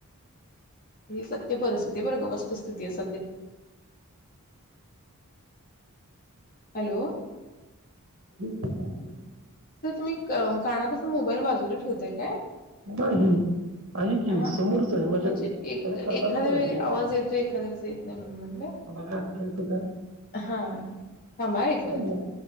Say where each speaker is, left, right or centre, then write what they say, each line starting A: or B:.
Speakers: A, on the left; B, on the right.
A: ही सत्य परिस्थिती बरं का वस्तुस्थिती अस. हॅलो
B: कसा आहे?
A: सर तुम्ही काना पासन मोबाईल बाजूला ठेवताय का?
B: नाही आहे की
A: हा
B: समोरच आहे माझ्या
A: म्हणजे एक
B: माझ्या
A: एखाद्या
B: कानालाच
A: वेळी
B: आहे
A: आवाज येतोय एखाद्या वेळेस येत नाही म्हणून म्हणलं
B: बघा आता येतो का
A: हा थांबा ह एक
B: काय
A: मिनिट
B: नाही बघा.